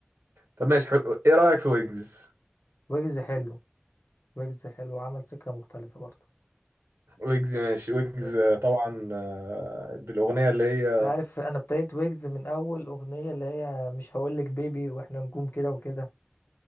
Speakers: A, on the right; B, on the left.
A: طب ماشي حلو. ايه رأيك في ويجز
B: ويجز حلو ويجز حلو عمل فكره مختلفه برضه
A: ويجز ماشي ويجز
B: ويجز
A: آه، طبعا آه، بالاغنية اللي هي
B: انت عارف انا ابتديت ويجز من اول اغنيه اللي هي مش هقولك بيبي واحنا نجوم كده وكده